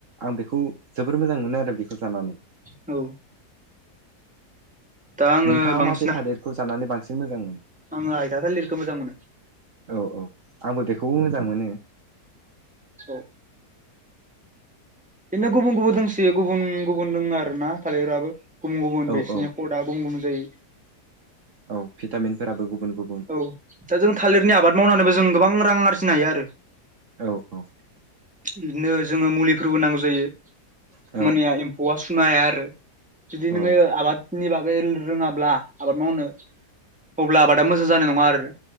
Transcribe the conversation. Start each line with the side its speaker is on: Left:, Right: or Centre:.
Right: आं बेखौ जोबोर मोजां मोनो आरो बेखौ जानानै
Centre: औ दा आङो
Right: नोंथाङा
Centre: बांसिन
Right: मा बे थादेरखौ जानानै बांसिन मोजां मोनो।
Centre: आङो हायथा थालिरखौ मोजां मोनो
Right: औ औ आंबो बेखौबो मोजां मोनो।
Centre: औ। बिदिनो गुबुन गुबुन दंस गुबुन गुबुन दङ आरो ना थालिरफोराबो गुबुन गुबुन
Right: औ
Centre: बिसिरनि
Right: औ
Centre: कर्डआ गुबुन गुबुन जायो।
Right: औ भिटामिनफोराबो गुबुन गुबुन
Centre: औ दा जों थालिरनि आबाद मावनानैबो जों गोबां रां आरजिनो हायो आरो।
Right: औ औ।
Centre: बिदिनो जोङो मुलिफोरबो नांगौ जायो
Right: औ
Centre: मानिया एम्फौआ सुनो हाया आरो। जुदि
Right: औ
Centre: नङो आबाद नि बागै रोङाब्ला आबाद मावनो अब्ला आबादा मोजां जानाय नङा आरो।